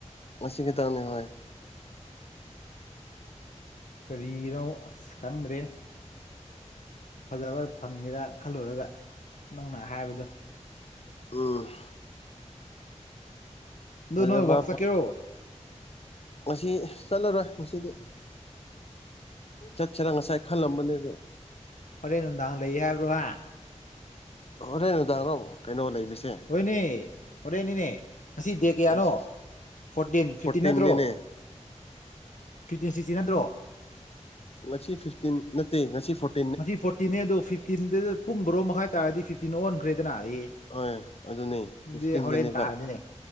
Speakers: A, on the left (about 55°); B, on the left (about 85°).
A: ꯃꯁꯤ ꯈꯤꯇꯪ ꯂꯩꯍꯧꯑꯦ
B: ꯀꯔꯤꯅꯣ ꯑꯁ ꯈꯪꯗ꯭ꯔꯦ ꯐꯖꯕ ꯐꯪꯒꯦꯔꯥ ꯈꯜꯂꯨꯔꯒ ꯅꯪꯅ ꯍꯥꯏꯕꯗꯣ
A: ꯎꯝ
B: ꯑꯗꯨ
A: ꯐꯖꯕ
B: ꯅꯣꯏ ꯋꯥꯛꯁꯥꯛ ꯀꯦꯔꯣ
A: ꯉꯁꯤ ꯆꯠꯂꯔꯣꯏ ꯉꯁꯤꯗꯤ ꯆꯠꯁꯤꯔꯥ ꯉꯁꯥꯏ ꯈꯜꯂꯝꯕꯅꯦ ꯑꯗꯨꯣ
B: ꯐꯔꯦ ꯅꯨꯡꯗꯥꯡ ꯂꯩ ꯍꯥꯏꯕ꯭ꯔꯣꯍ
A: ꯑꯣꯔꯦ ꯅꯨꯡꯗꯥꯡꯔꯣ ꯀꯩꯅꯣ ꯂꯩꯃꯤꯁꯦ
B: ꯍꯣꯏꯅꯦ ꯍꯣꯔꯦꯟꯅꯤꯅꯦ ꯉꯁꯤ ꯗꯦ ꯀꯌꯥꯅꯣ
A: ꯑꯁ
B: ꯐꯣꯔꯇꯤꯟ
A: ꯐꯣꯔꯇꯤꯟꯅꯤꯅꯦ
B: ꯐꯤꯞꯇꯤꯟ ꯅꯠꯇ꯭ꯔꯣ ꯐꯤꯞꯇꯤꯟ ꯁꯤꯛꯁꯇꯤꯟ ꯅꯠꯇ꯭ꯔꯣ
A: ꯉ ꯐꯤꯐꯇꯤꯟ ꯅꯠꯇꯦ ꯉꯁꯤ ꯐꯤꯞꯇꯤꯟ
B: ꯃꯁꯤ ꯐꯣꯔꯇꯤꯟꯅꯦ ꯑꯗꯨ ꯐꯤꯐꯇꯤꯟꯗꯨꯗ ꯄꯨꯡ ꯕꯔꯣ ꯃꯈꯥꯏ ꯇꯥꯔꯗꯤ ꯐꯤꯐꯇꯤꯟ ꯑꯣꯟꯈ꯭ꯔꯦꯗꯅ ꯑꯦ
A: ꯍꯣꯏ ꯑꯗꯨꯅꯦ
B: ꯑꯗꯨꯗꯤ
A: ꯁꯀ꯭ꯔꯤꯟꯗꯅꯦꯕ
B: ꯍꯣꯔꯦꯟ ꯇꯥꯔꯅꯤꯅꯦ